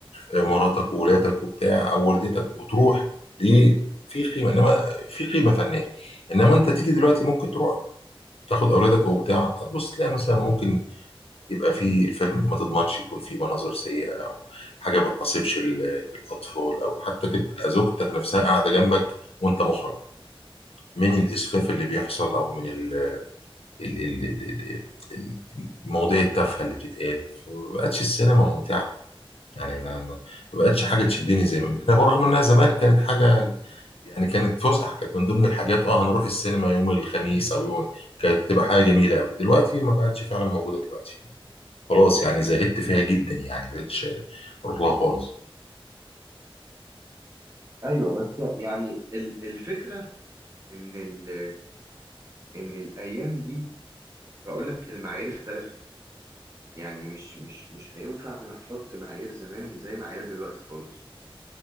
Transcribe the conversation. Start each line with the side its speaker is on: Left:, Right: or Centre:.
Left: آه، مراتك وولادك وبتاع او والدتك وتروح دي في قيمه انما في قيمه فنيه انما انت تيجي دلوقتي ممكن تروح تاخد اولادك وبتاع تبص تلاقي مثلا ممكن يبقى في الفيلم ما تضمنش يكون فيه مناظر سيئة أو حاجة ما تناسبش ال- الأطفال أو حتى تبقى زوجتك نفسها قاعدة جنبك وأنت محرج من الإسفاف اللي بيحصل أو من ال ال ال ال ال المواضيع التافهة اللي بتتقال فما بقتش السينما ممتعة يعني ما ما- ما بقتش حاجة تشدني زي ما بقى برغم إنها زمان كانت حاجة يعني كانت فسحة كانت من ضمن الحاجات اه هنروح السينما يوم الخميس أو يوم كانت تبقى حاجة جميلة أوي دلوقتي ما بقتش فعلا موجودة دلوقتي خلاص يعني زهدت فيها جدا يعني بقتش اروح لها خالص
Right: ايوه بس يعني ال- الفكره ان ال ان الايام دي بقول لك المعايير اختلفت يعني مش مش مش هينفع نحط معايير زمان زي معايير دلوقتي خالص